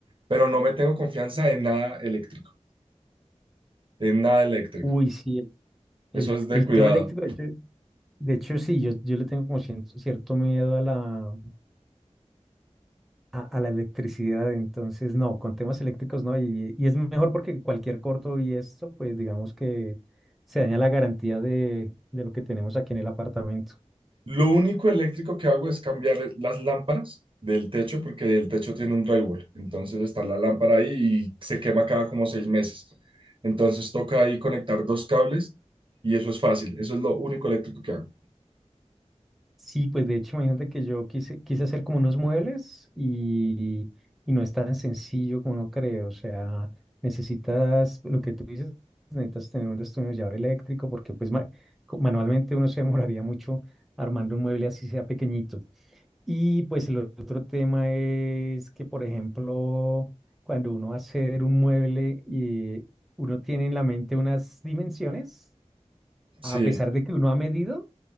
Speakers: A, on the right; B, in the centre.
A: pero no me tengo confianza en nada eléctrico, en nada eléctrico.
B: Uy, sí, el, el-
A: Eso es de
B: el
A: cuidado.
B: tema eléctrico, de hecho, de hecho, sí, yo, yo le tengo como cierto, cierto miedo a la, a, a la electricidad, entonces no, con temas eléctricos no, y, y es mejor porque cualquier corto y esto, pues digamos que se daña la garantía de, de lo que tenemos aquí en el apartamento.
A: Lo único eléctrico que hago es cambiar las lámparas del techo porque el techo tiene un drywall. Entonces está la lámpara ahí y se quema cada como seis meses. Entonces toca ahí conectar dos cables y eso es fácil. Eso es lo único eléctrico que hago.
B: Sí, pues de hecho, imagínate que yo quise, quise hacer como unos muebles y, y no es tan sencillo como uno cree. O sea, necesitas, lo que tú dices, necesitas tener un destornillador eléctrico porque pues ma- co- manualmente uno se demoraría mucho armando un mueble así sea pequeñito. Y pues el otro tema es que, por ejemplo, cuando uno va a hacer un mueble y uno tiene en la mente unas dimensiones
A: Sí,
B: a pesar de que uno ha medido, o